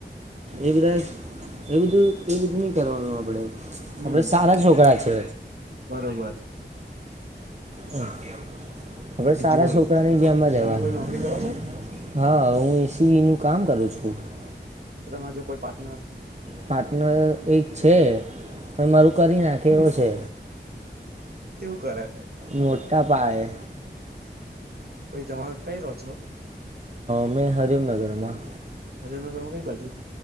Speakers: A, on the right; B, on the right.
A: એ બધા એ બધું એ બધું નહી કરવાનું આપ <unintelligible>
B: હમ
A: આપડે સારા છોકરા છે
B: બરોબર
A: હા આપડ
B: બીજું
A: સારા
B: બોલો
A: છોકરા ની જેમ રહેેવાનું
B: તમે કોઈ નોકરી કરો છો
A: હા હું એસી નું કામ કરું છું <unintelligible>
B: તમારે જો કોઈ પાર્ટનર
A: પાર્ટનર એક છે પણ મારું કરી નાખેવો છે
B: કેવું કરે
A: મોટા પાયે
B: પાઈ તમે કઈ રહો છો
A: હમે હરમનગર માં
B: હજવનગરમાં કઈ બાજુ